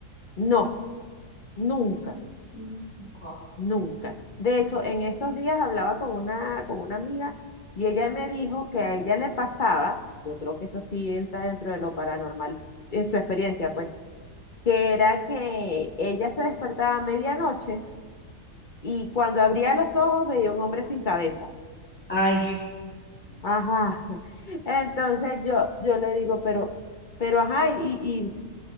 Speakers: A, on the left (about 35°); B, in the centre.
A: No, nunca.
B: Nunca. Wow.
A: Nunca. De hecho, en estos días hablaba con una, con una amiga y ella me dijo que a ella le pasaba, yo creo que eso sí entra dentro de lo paranormal en su experiencia, pues, que era que ella se despertaba a medianoche y cuando abría los ojos veía un hombre sin cabeza.
B: Ay,
A: Ajá. <laughs> Entonces yo, yo le digo, pero, pero, ajá, y, y,